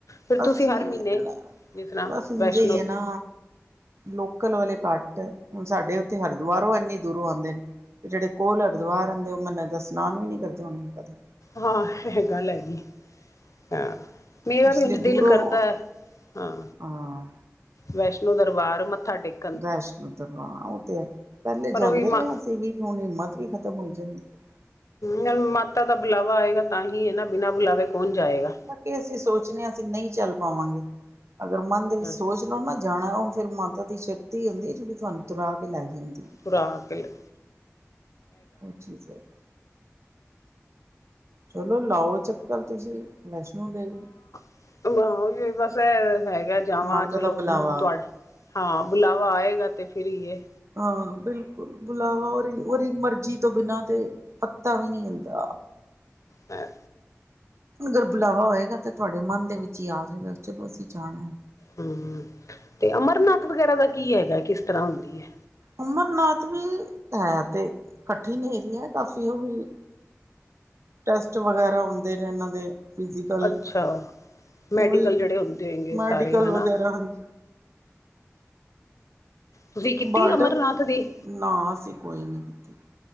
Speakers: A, on the left; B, on the right.
A: ਫਿਰ ਤੁਸੀਂ
B: ਅਸੀ,
A: ਹਰ ਮਹੀਨੇ
B: ਲਾ
A: ਜਿਸ ਤਰ੍ਹਾਂ
B: ਬਸ ਇੰਜੇ
A: ਵੈਸ਼ਨੋ
B: ਈ ਏਨਾ। ਲੋਕਲ ਵਾਲੇ ਘੱਟ, ਹੁਣ ਸਾਡੇ ਓਥੇ ਹਰਿਦੁਆਰੋਂ ਐਨੀ ਦੂਰੋਂ ਆੰਦੇਨ ਤੇ ਜਿਹੜੇ ਕੋਲ ਹਰਦੁਆਰ ਹੂੰਦੇ, ਮਨ ਲਗਦਾ ਸਨਾਨ ਵੀ ਨੀ ਕਰਦੇ ਹੋਣੇ ਓਹ ਕਦੀ।
A: ਹਾਂ, ਐਹ ਗੱਲ ਹੈਗੀ ਹਾਂ, ਮੇਰਾ
B: ਇਸ
A: ਵੀ ਉੰਝ
B: ਲਈ
A: ਦਿਲ
B: ਦੂਰੋਂ
A: ਕਰਦੈ ਹਾਂ,
B: ਹਾਂ
A: ਵੈਸ਼ਨੋ ਦਰਬਾਰ ਮੱਥਾ ਟੇਕ
B: ਵੈਸ਼ਨੋ ਤਰਵਾ ਓਹ ਤੇ ਹੈ, ਪਹਿਲੇ
A: ਪਰ
B: ਜਾਂਦੇ
A: ਉਹ ਵੀ
B: ਰਿਆ
A: ਮਾ
B: ਅਸੀ ਵੀ ਹੁਣ, ਹਿੰਮਤ ਵੀ ਖ਼ਤਮ ਹੋਈ ਜਾਂਦੀ। ਹੈ
A: ਨਹੀਂ ਮਾਤਾ ਦਾ ਬੁਲਾਵਾ ਆਏਗਾ ਤਾਂ ਹੀ ਏ ਨਾ, ਬਿਨਾ ਬੁਲਾਵੇ ਕੌਣ ਜਾਏਗਾ।
B: ਕੇ ਅਸੀਂ ਸੋਚਨੇ ਆਂ ਅਸੀਂ ਨਹੀਂ ਚੱਲ ਪਾਵਾਂਗੇ, ਅਗਰ ਮਨ ਦੇ ਵਿੱਚ
A: ਹੂੰ
B: ਸੋਚ ਨੋ ਨਾ ਜਾਣਾ, ਓਹ ਫੇਰ ਮਾਤਾ ਦੀ ਸ਼ਕਤੀ ਹੁੰਦੀ ਏ ਜੇੜੀ ਤੁਹਾਨ ਤੂਰਾਕੇ ਲੈ ਜਾਂਦੀ ਏ।
A: ਤੂਰਾ ਕੇ ਲੈ
B: ਓਹ ਚੀਜ਼ ਏ, ਚਲੋ ਲਾਓ ਚਕਰ ਤੁਸੀਂ, ਵੈਸ਼ਨੋ ਦੇਵੀ।
A: ਅ ਨਾ ਵੀ ਹੋਏ ਬਸ ਐ ਹੈਗਾ ਜਾਵਾਂ
B: ਮਾਤਾ
A: ਚਲੋ
B: ਦਾ ਬੁਲਾਵਾ
A: ਓਹ ਤੁਵਾਡਾ ਹਾਂ, ਬੁਲਾਵਾ ਆਏਗਾ ਤੇ ਫਿਰ ਈ ਏ।
B: ਹਾਂ ਬਿਲਕੁਲ ਬੁਲਾਵਾ ਉਹਦੀ ਮਰਜ਼ੀ ਤੋਂ ਬਿਨਾਂ ਤੇ ਪੱਤਾ ਵੀ ਨਹੀਂ ਹੁੰਦਾ।
A: ਮੈਂ
B: ਅਗਰ ਬੁਲਾਵਾ ਹੋਏਗਾ ਤੇ ਤੁਹਾਡੇ ਮਨ ਦੇ ਵਿੱਚ ਹੀ ਆ ਜਾਏਗਾ ਚਲੋ ਅਸੀਂ ਜਾਣਾ ਹੈ।
A: ਹੂੰ ਤੇ ਅਮਰਨਾਥ ਵਗੈਰਾ ਦਾ ਕੀ ਹੈਗਾ ਕਿਸ ਤਰ੍ਹਾਂ ਹੁੰਦੀ ਹੈ।
B: ਅਮਰਨਾਥ ਵੀ ਹੈ ਤੇ ਕਠਿਨ ਏਰੀਆ ਕਾਫੀ ਉਹ ਵੀ ਟੈਸਟ ਵਗੈਰਾ ਹੁੰਦੇ ਨੇ ਇਹਨਾਂ ਦੇ। ਫਿਜ਼ੀਕਲ
A: ਅੱਛਾ। ਮੈਡੀਕਲ
B: ਉਹ
A: ਜਿਹੜੇ ਹੁੰਦੇ ਹੈਗੇ
B: ਮੈਡੀਕਲ
A: ਸਾਰੇ ਹਨਾ
B: ਵਗੈਰਾ ਹਾਂਜੀ
A: ਤੁਸੀਂ ਕੀਤੀ
B: ਬਾਰਡਰ
A: ਅਮਰਨਾਥ ਦੀ
B: ਨਾ ਅਸੀਂ ਕੋਈ ਨੀ ਕੀਤੀ